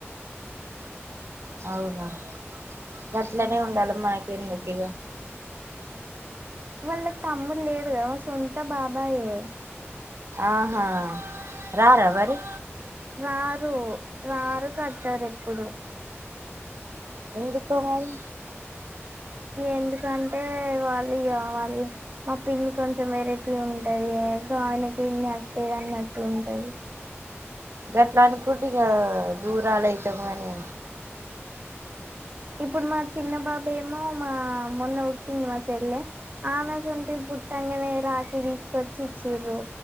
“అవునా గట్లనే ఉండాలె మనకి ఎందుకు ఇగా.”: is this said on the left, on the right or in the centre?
Right